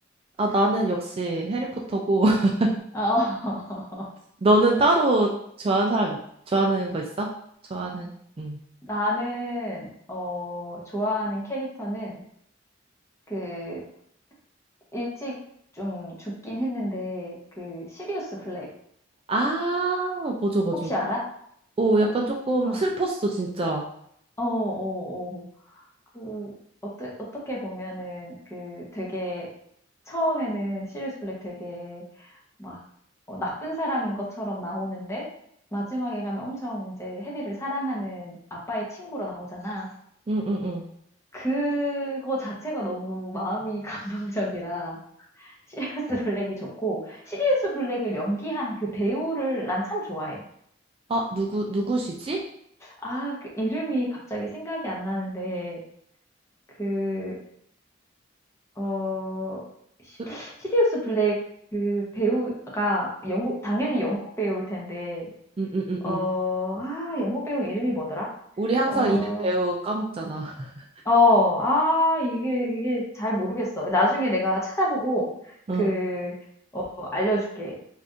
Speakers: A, on the right; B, on the left.
A: 아, 나는 역시 해리포터고, <laughs>
B: 아, 어, <laughs>
A: 너는 따로 좋아하는 사람, 좋아하는 거 있어? 좋아하는, 응.
B: 나는 어, 좋아하는 캐릭터는 그 일찍 좀 죽긴 했는데 그 시리우스 블랙
A: 아, 맞아, 맞아.
B: 혹시 알아?
A: 어, 약간 조금
B: 어,
A: 슬펐어, 진짜.
B: 어, 어, 어. 그 어떠, 어떻게 보면은 그 되게 처음에는 시리우스 블랙 되게 막 어, 나쁜 사람인 것처럼 나오는데 마지막에 가면 엄청 이제 해리를 사랑하는 아빠의 친구로 나오잖아.
A: 응, 응, 응.
B: 그거 자체가 너무 마음이 <laughs> 감동적이라 시리우스 블랙이 좋고 시리우스 블랙을 연기한 그 배우를 난 참 좋아해.
A: 아, 누구, 누구시지?
B: 아, 그 이름이 갑자기 생각이 안 나는데 그 어, 시-
A: 으,
B: 시리우스 블랙 그 배우가 영국 당연히 영국 배우일 텐데
A: 응, 응, 응,
B: 어,
A: 응.
B: 아, 영국 배우 이름이 뭐더라?
A: 우리 항상
B: 어,
A: 이름 배우 까먹잖아. <laughs>
B: 어, 아, 이게, 이게 잘 모르겠어. 나중에 내가 찾아보고,
A: 응.
B: 그, 어, 알려줄게.